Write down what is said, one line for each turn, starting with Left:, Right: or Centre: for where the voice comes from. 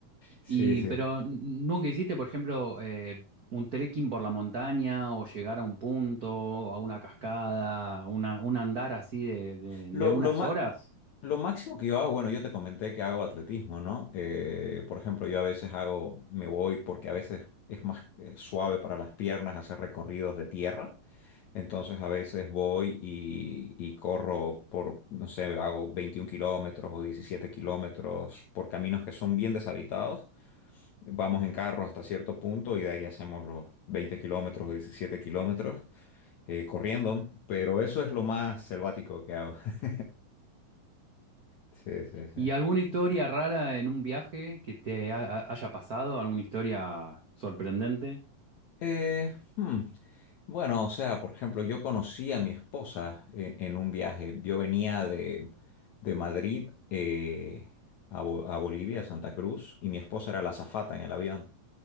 Left: Sí,
Right: Y,
Left: sí.
Right: pero nunca hiciste, por ejemplo, eh, un trekking por la montaña o llegar a un punto, a una cascada, una, un andar así de, de,
Left: Lo,
Right: de unas
Left: lo, ma-
Right: horas.
Left: lo máximo que yo hago, bueno, yo te comenté que hago atletismo, ¿no? Eh, por ejemplo, yo a veces hago, me voy porque a veces es más eh, suave para las piernas hacer recorridos de tierra. Entonces a veces voy y, y corro por, no sé, hago 21 kilómetros o 17 kilómetros por caminos que son bien deshabitados. Vamos en carro hasta cierto punto y de ahí hacemos los 20 kilómetros o 17 kilómetros eh, corriendo. Pero eso es lo más selvático que hago. <laughs> Sí, sí, sí.
Right: ¿Y alguna historia rara en un viaje que te ha- ha- haya pasado? ¿Alguna historia sorprendente?
Left: Eh, hmm, Bueno, o sea, por ejemplo, yo conocí a mi esposa en, en un viaje. Yo venía de, de Madrid eh, a, Bo- a Bolivia, a Santa Cruz, y mi esposa era la azafata en el avión.